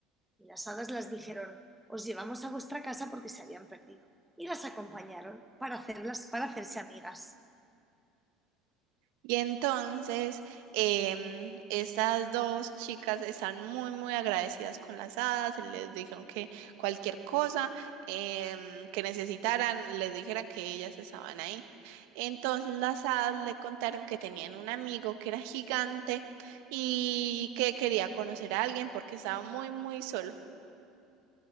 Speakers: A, in the centre; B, on the right.
A: Y las hadas las dijeron, os llevamos a vuestra casa porque se habían perdido. Y las acompañaron para, hacerlas, para hacerse amigas.
B: Y entonces, em, estas dos chicas están muy, muy agradecidas con las hadas. Les dijeron que cualquier cosa em, que necesitaran, les dijeran que ellas estaban ahí. Entonces, las hadas le contaron que tenían un amigo que era gigante y que quería conocer a alguien porque estaba muy, muy solo.